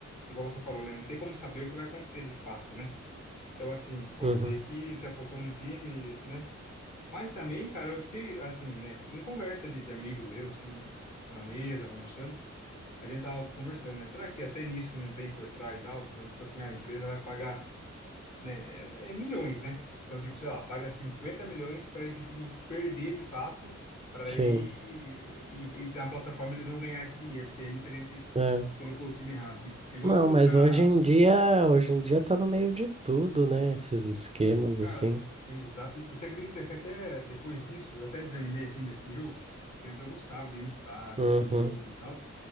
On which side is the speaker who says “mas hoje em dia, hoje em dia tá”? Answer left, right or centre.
Right